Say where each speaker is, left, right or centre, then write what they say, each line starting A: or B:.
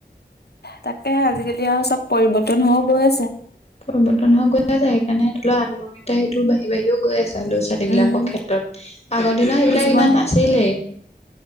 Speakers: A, on the left; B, on the left.
A: তাকে আজিকালি আৰু চব পৰিৱৰ্তন হৈ গৈ আছে
B: পৰিৱৰ্তন হৈ গৈ আছে সেইকাৰণে ধৰি লোৱা আত্মহত্যা সেটো বাঢ়ি বাঢ়িও গৈ আছে ল'ৰা ছোৱালী
A: উম,
B: বিলাকৰ ক্ষেত্ৰত আগৰ দিনৰ সেইবিলাক
A: কিছুমান
B: ইমান নাছিলে